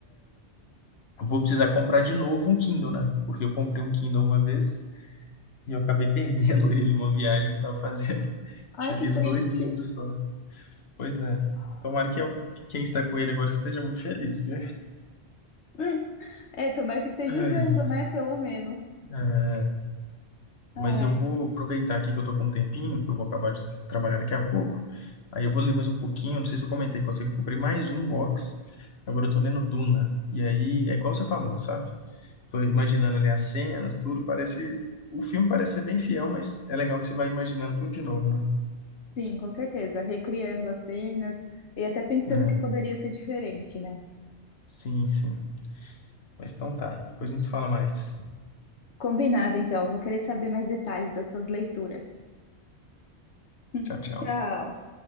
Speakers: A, on the left (about 65°); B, on the left (about 85°).
A: Vou precisar comprar de novo um Kindle, né? Porque eu comprei um Kindle uma vez. E eu acabei perdendo <laughs> ele numa viagem que eu tava fazendo. <laughs>
B: Ai,
A: Tinha
B: que
A: lido
B: triste.
A: dois livros só. Pois é. Tomara que eu- quem está com ele agora esteja muito feliz, porque.
B: Hum. É, tomara que esteja
A: <laughs> Ai,
B: usando, né? Pelo menos.
A: é, mas
B: Ai,
A: eu vou aproveitar aqui que eu tô com um tempinho, que eu vou acabar de trabalhar daqui a pouco. Aí eu vou ler mais um pouquinho. Não sei se eu comentei com você que eu comprei mais um box. Agora eu tô lendo Duna. E aí é igual você falou, sabe? Tô imaginando ali as cenas, tudo. Parece. O filme parece ser bem fiel, mas é legal que você vai imaginando tudo de novo, né?
B: sim, com certeza. Recriando as cenas e até pensando
A: É,
B: que poderia ser diferente, né?
A: sim, sim. Mas então tá. Depois a gente se fala mais.
B: Combinado, então. Vou querer saber mais detalhes das suas leituras. <laughs>
A: Tchau, tchau.
B: Tchau.